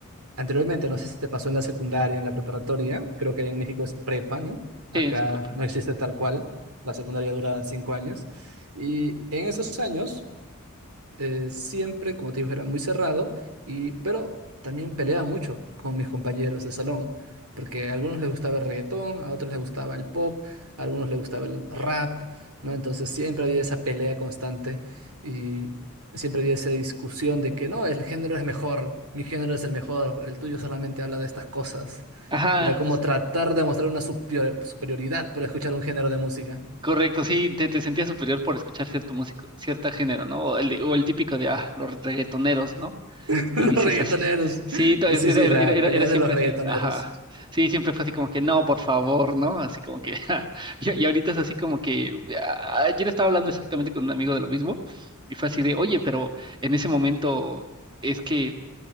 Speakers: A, on the right (about 80°); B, on the right (about 20°).
A: anteriormente, no sé si te pasó en la secundaria, en la preparatoria, creo que allá en México es prepa, ¿no? Acá
B: Sí, sin prepa.
A: no existe tal cual, la secundaria dura cinco años. Y en esos años eh, siempre, como te digo, era muy cerrado, y, pero también peleaba mucho con mis compañeros de salón, porque a algunos les gustaba el reggaetón, a otros les gustaba el pop, a algunos les gustaba el rap, ¿no? Entonces siempre había esa pelea constante y siempre había esa discusión de que no, el género es mejor, mi género es el mejor, el tuyo solamente habla de estas cosas.
B: Ajá.
A: Era como tratar de mostrar una supio- superioridad por escuchar un género de música.
B: Correcto, sí, te, te sentías superior por escuchar cierto músico, cierto género, ¿no? O el, de- o el típico de, ah, los reggaetoneros, ¿no?
A: <laughs> Los
B: Y dices
A: reggaetoneros.
B: así. Sí, to-
A: Y
B: es-
A: sí,
B: era,
A: sí,
B: era,
A: la
B: era, era-
A: pelea
B: era siempre
A: de los reggaetoneros.
B: así, ajá. Sí, siempre fue así como que, no, por favor, ¿no? Así como que, <laughs> ja. y, y ahorita es así como que, ah, ayer estaba hablando exactamente con un amigo de lo mismo, y fue así de, oye, pero en ese momento es que